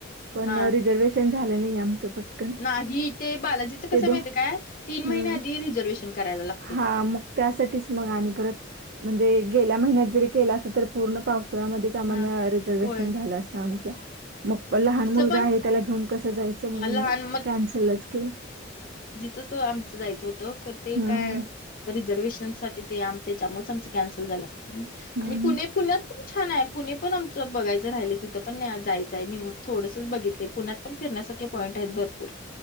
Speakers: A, on the right; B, on the left.
A: पण
B: हा
A: रिझर्वेशन झालं नाही आमचं पटकन
B: नाही ते बालाजीचं कसं
A: ते
B: माहितीय
A: दो
B: काय तीन
A: हम्म
B: महिने आधी रिझर्वेशन करायला लागतंय
A: हा मग त्यासाठीच मग आणि परत म्हणजे गेल्या महिन्यात जरी केलं असं तर पूर्ण पावसाळ्यामध्येचं सामान
B: हा
A: रिझर्वेशन
B: होय
A: झालं असतं आमचं. मग
B: हां. तिचं
A: लहान मुलगा
B: पण
A: आहे त्याला घेऊन कसं जायचं म्हणून
B: हा, लहान
A: मग कॅन्सलच केलं.
B: तस आमचं जायचं होतं कर ते
A: हम्म
B: काय
A: हम्म
B: रिझर्वेशन साठी ते आम त्याच्यामुळच आमच कॅन्सल झालं
A: हम्म
B: आणि पुणे
A: हम्म
B: पुण्यात पण छान आहे पुणे पण आमचं बघायचं राहिलय तिथं पण जाय थोडसंच बघितले पुण्यात पण फिरण्यासारख पॉईंट आहेत भरपूर.